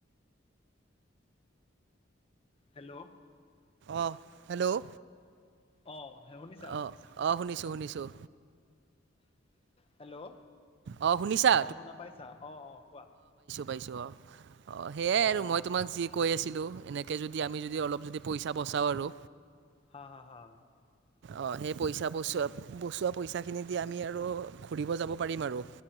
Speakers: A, on the left; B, on the right.
A: হেল্লৌ
B: অঁ হেল্ল'
A: আহ শুনিছা?
B: অঁ অঁ শুনিছোঁ শুনিছোঁ
A: হেল্ল' অ
B: অঁ শুনিছা
A: শুনা পাইছা অ অ কোৱা।
B: পাইছো অ সেইয়াই
A: অঁ
B: আৰু মই তোমাক যি কৈ আছিলো এনেকে যদি আমি যদি অলপ যদি পইচা বচাওঁ আৰু
A: হয় হয় হয়
B: অ সেই পইচা বচোৱা বচোৱা পইচা খিনি দি আমি আৰু ঘূৰিব যাব পাৰিম আৰু।